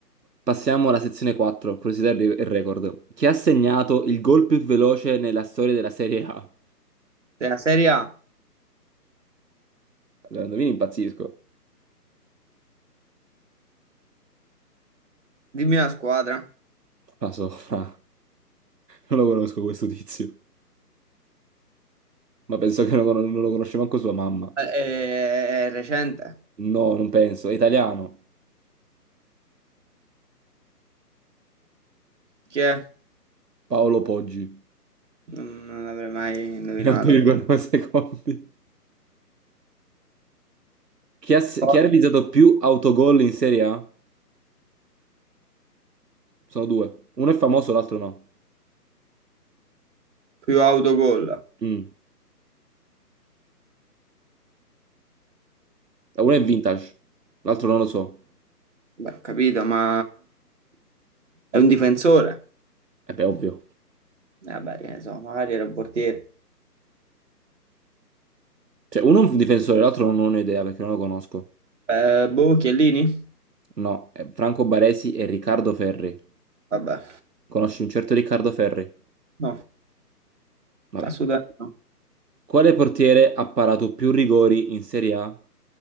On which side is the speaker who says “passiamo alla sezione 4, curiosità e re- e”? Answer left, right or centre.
Right